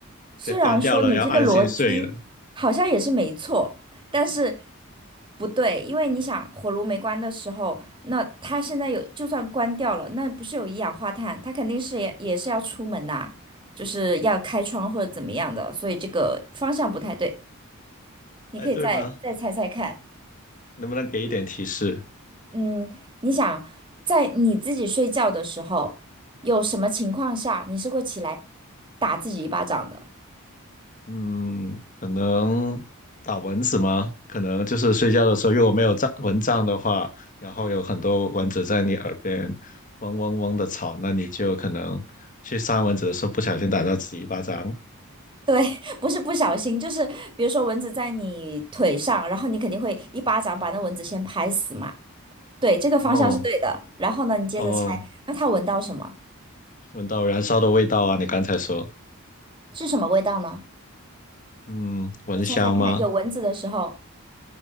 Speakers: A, on the right; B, on the left.
A: 虽然说这你样这个子逻辑好像也是没错，
B: 再关掉了，要安心睡了。
A: 但是不对，因为你想火炉没关的时候，那它现在有就算关掉了，那不是有一氧化碳，它肯定是也也是要出门呐、就是要开窗或者怎么样的，所以这个方向不太对。你可以再再猜猜看，
B: 哎，对吗？能不能给一点提示？
A: 嗯，你想在你自己睡觉的时候，有什么情况下你是会起来打自己一巴掌的？
B: 嗯，可能打蚊子吗？可能就是睡觉的时候，如果没有帐蚊帐的话，然后有很多蚊子在你耳边嗡嗡嗡的吵，那你就可能去扇蚊子的时候不小心打到自己一巴掌。
A: 对，<laughs> 不是不小心，就是比如说蚊子在你腿上，然后你肯定会一巴掌把那蚊子先拍死嘛。对，这个方向是对的。
B: 哦
A: 然后呢，你接着猜，
B: 哦，
A: 那它闻到什么？
B: 闻到燃烧的味道啊！你刚才说，
A: 是什么味道呢？
B: 嗯，蚊香吗？
A: 你猜猜看，有蚊子的时候，